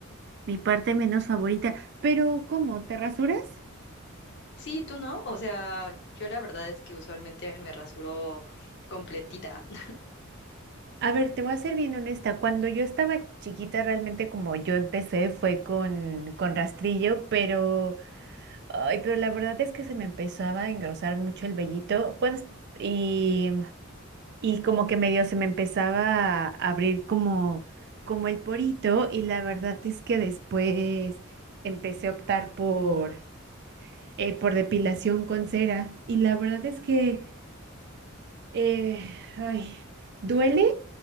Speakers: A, on the right; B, on the left.
A: Mi parte menos favorita. Pero, ¿cómo? ¿Te rasuras?
B: Sí, tú no, o sea, yo la verdad es que usualmente me rasuro completita. <laughs>
A: A ver, te voy a ser bien honesta. Cuando yo estaba chiquita, realmente como yo empecé fue con, con rastrillo, pero, ay, pero la verdad es que se me empezaba a engrosar mucho el vellito. Bueno, y como que medio se me empezaba a abrir como, como el porito y la verdad es que después empecé a optar por, eh, por depilación con cera y la verdad es que eh, ay, duele,